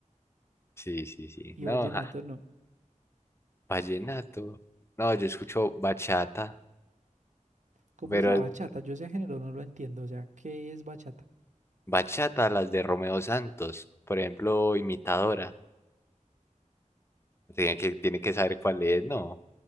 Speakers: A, on the left; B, on the right.
A: sí, sí, sí.
B: Y
A: No,
B: vallenato
A: ja,
B: no.
A: vallenato. No, yo escucho bachata,
B: ¿Cómo
A: pero
B: es la
A: el-
B: bachata? Yo ese género no lo entiendo. O sea, ¿qué es bachata?
A: bachata, las de Romeo Santos, por ejemplo, imitadora. Tiene que, tiene que saber cuál es, ¿no?